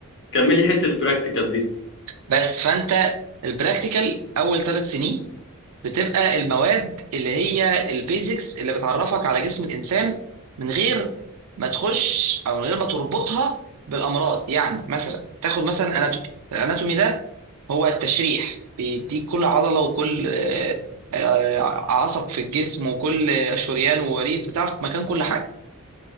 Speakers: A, on the left; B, on the right.
A: كمل لي حته البراكتيكال دي
B: بس فانت البراكتيكال اول ثلاث سنين بتبقى المواد اللي هي البيزكس اللي بتعرفك على جسم الانسان من غير ما تخش او من غير ما تربطها بالامراض يعني مثلا تاخد مثلا اناتومي الاناتومي ده هو التشريح بيديك كل عضله وكل آه، آه، عصب في الجسم وكل شريان ووريد بتعرف مكان كل حاجه